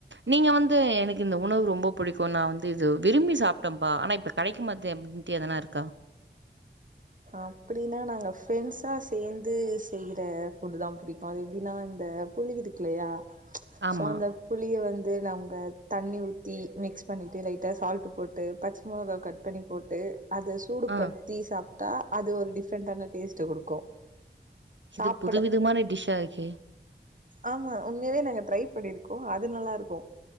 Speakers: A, on the right (about 85°); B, on the right (about 45°).
A: நீங்க வந்து எனக்கு இந்த உணவு ரொம்ப புடிக்கு நா வந்து இது விரும்பி சாப்ட்டேபா ஆனா இப்ப <unintelligible> அப்டின்ட்டு எதனாருக்கா
B: அப்டின்னா நாங்க ஃப்ரெண்ட்ஸா சேந்து செய்ற ஃபுட்டு தா புடிக்கு அது எப்டின்னா இந்த புளி இதுக்குல்லயா
A: ஆமா.
B: ஸோ அந்த புளிய வந்து நம்ங்க தண்ணி ஊத்தி மிக்ஸ் பண்ணிட்டு லைட்டா சால்ட்டு போட்டு பச்மொளகா கட் பண்ணி போட்டு அத சூடு
A: ஆ
B: படுத்தி சாப்ட்டா அது ஒரு டிஃப்ரெண்ட்டான டேஸ்ட்டு குடுக்கு சாப்புட
A: இது புதுவிதமான டிஷ்ஷா இருக்கே.
B: ஆமா உண்மயாவே நாங்க ட்ரை பண்ணிரு கோ அது நல்லாருக்கு